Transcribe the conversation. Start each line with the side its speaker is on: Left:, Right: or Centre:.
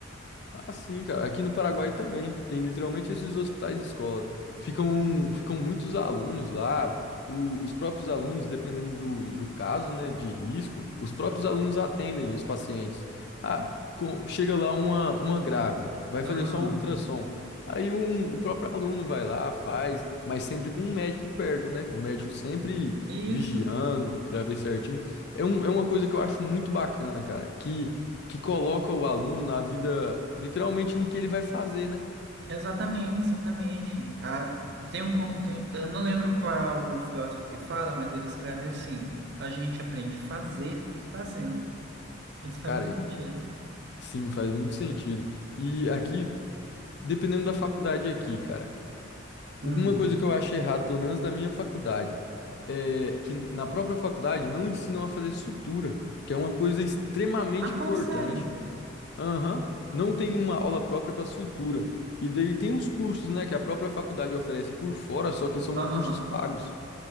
Left: Ah, sim, cara. Aqui no Paraguai também tem literalmente esses hospitais escola. Ficam, ficam muitos alunos lá. o- os próprios alunos, dependendo do, do caso, né, de risco, os próprios alunos atendem os pacientes. Ah, com- chega lá uma, uma grávida, vai
Right: Aham.
Left: fazer só o ultrassom. Aí um, o próprio aluno vai lá, faz, mas sempre com um médico perto, né? O médico sempre
Right: Isso.
Left: vigiando para ver certinho. É, um, é uma coisa que eu acho muito bacana, cara, que que coloca o aluno na vida, literalmente no que ele vai fazer, né?
Right: Exatamente, exatamente. Ah, tem um, con- tem- eu não lembro qual é o filósofo que fala, mas ele escreve assim: a gente aprende a fazer fazendo. Isso faz
Left: Cara,
Right: muito
Left: e-
Right: sentido.
Left: sim, faz muito sentido. E aqui, dependendo da faculdade aqui, cara,
Right: Hum.
Left: uma coisa que eu acho errado, pelo menos da minha faculdade, é que na própria faculdade não ensinam a fazer sutura, que é uma coisa extremamente
Right: Ah, fala
Left: importante.
Right: sério.
Left: Aham, não tem uma aula própria para sutura. E daí tem os cursos, né, que a própria faculdade oferece por fora, só que são
Right: Aham.
Left: cursos pagos.